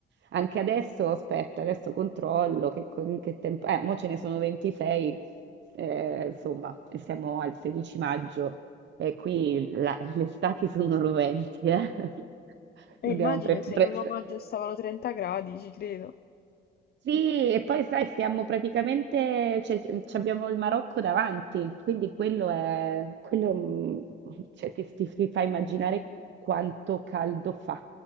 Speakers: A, on the right; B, on the left.
A: Anche adesso, aspetta, adesso controllo che, con- che tempo... Eh, mo ce ne sono 26, eh, insomma, e siamo al 16 maggio e qui la- le estati sono roventi, eh. <laughs>
B: E
A: Dobbiamo
B: immagino
A: pre-
B: se
A: pre-
B: in un omaggio stavano trenta gradi, ci credo.
A: Sì, e poi sai, siamo praticamente, cioè, ci abbiamo il Marocco davanti, quindi quello è, quello, mm, cioè, ti, ti- ti fa immaginare quanto caldo fa.